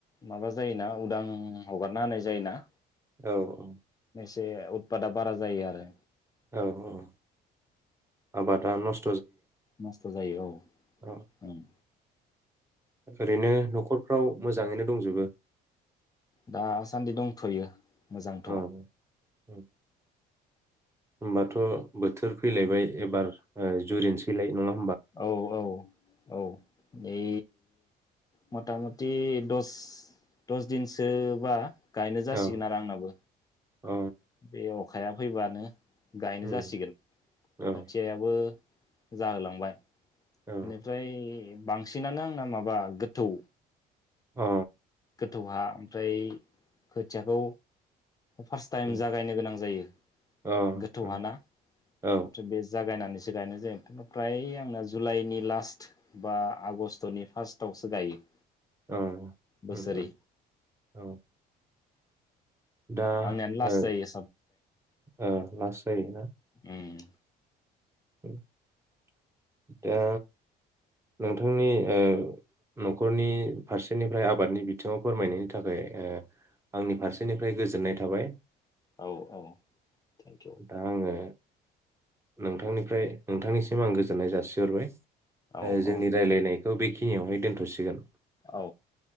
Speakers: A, on the left (about 20°); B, on the right (about 15°).
A: माबा जायोना उदां हगारना होनाय जायोना?
B: औ औ
A: से उतपादा बारा जायो आरो।
B: औ औ आबादा नस
A: नस्थ' जायो औ
B: औ
A: उम।
B: ओरैनो न'खरफ्राव मोजाङैनो दंजोबो
A: दासान्दि दंथ'यो। मोजांथ'।
B: औ औ होमबाथ' बोथोर फैलायबाय एबार ओ जुरिनोसैलाय नङा हो
A: औ औ औ ए मथा मथि दस दस दिन सोबा गायनो जासिगोन
B: औ
A: आरो आंनाबो।
B: अ
A: बे अखाया फैबा नो गायनो
B: उम
A: जासिगोन
B: औ
A: खोथियायाबो जा होलांबाय।
B: औ अ
A: एनिफ्राय बांसिनानो आंना माबा गोथौ
B: अ
A: गोथौहा ओमफ्राय खोथयाखौ फार्स्ट टाइम
B: उम
A: जागायनो गोनां जायो
B: अ
A: गोथौ
B: उम
A: हाना
B: औ
A: फ्राय बे जागायनानै से गायनाय जायो ओमफ्राय आंना जुलाइनि लास्ट बा आगष्टनि फार्स्टआवसो गायो।
B: औ
A: बोसोरै
B: उम उम औ। दा
A: आंनियानो लास्ट
B: ओ
A: जायो
B: ओ लास्ट जायोना?
A: उम
B: <inaudible> दा नोंथांनि ओ न'खरनि फारसेनिफ्राय आबादनि बिथिङाव फोरमायनायनि थाखाय ओ आंनि फारसेनिफ्राय गोजोननाय थाबाय।
A: औ औ थेंक इउ
B: दा आङो नोंथांनिफ्राय नोंथांनिसिम आं गोजोननाय जासिहरबाय
A: औ
B: जोंनि
A: औ
B: रायलायनायखौ बेखि खिनियावहाय दोनथ'सिगोन
A: औ